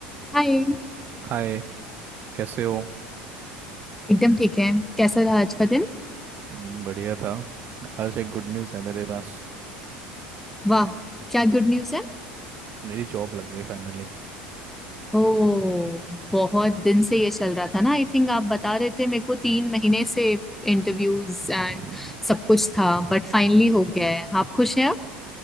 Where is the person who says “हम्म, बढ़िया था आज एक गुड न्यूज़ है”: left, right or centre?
Right